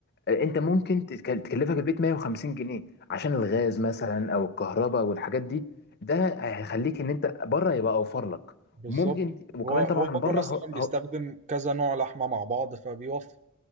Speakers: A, on the left; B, on the right.
A: آه، أنت ممكن تتك- تكلفك البيت 150 جنيه عشان الغاز مثلا أو الكهرباء والحاجات دي ده هيخليك إن أنت بره يبقى أوفر لك
B: بالظبط
A: وممكن وكمان
B: هو هو
A: طبعا بره
B: بره مثلا بيستخدم كذا نوع لحمة مع بعض فبيوفر